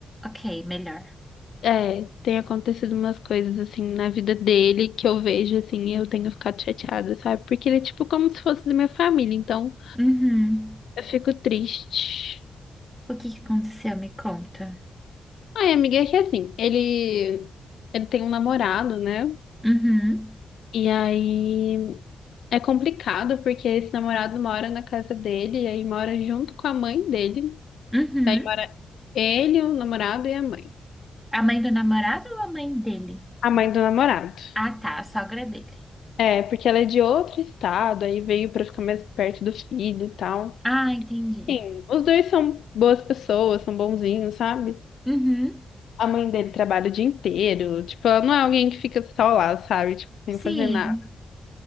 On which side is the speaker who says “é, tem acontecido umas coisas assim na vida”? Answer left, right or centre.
Left